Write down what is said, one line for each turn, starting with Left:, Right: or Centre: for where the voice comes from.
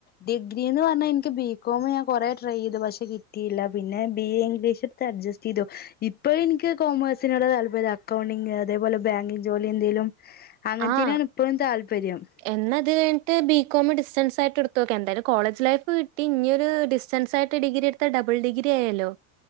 Left: ഡിഗ്രി എന്ന് പറഞ്ഞാ എനിക്ക് ബീകോം ഞാൻ കൊറേ ട്രൈ ചെയ്തു പക്ഷെ കിട്ടിയില്ല പിന്നെ ബി എ ഇംഗ്ലീഷ് എടുത്ത് അഡ്ജസ്റ്റ് ചെയ്തു ഇപ്പ എനിക്ക് കോമേഴ്സിനോടാ താല്പര്യം അക്കൗണ്ടിംഗ് അതേപോലെ ബാങ്കിങ് ജോലി എന്തേലും അങ്ങനത്തേനാണ്
Right: ആഹ്
Left: ഇപ്പഴും താല്പര്യം
Right: എന്നത് കഴിഞ്ഞിട്ട് ബികോം ഡിസ്റ്റൻസ് ആയിട്ട് എടുത്ത് നോക്ക് എന്തായാലും കോളജ് ലൈഫ് കിട്ടി ഇഞ്ഞോര് ഡിസ്റ്റൻസ് ആയിട്ട് ഡിഗ്രി എടുത്ത ഡബിൾ ഡിഗ്രി ആയാല്ലോ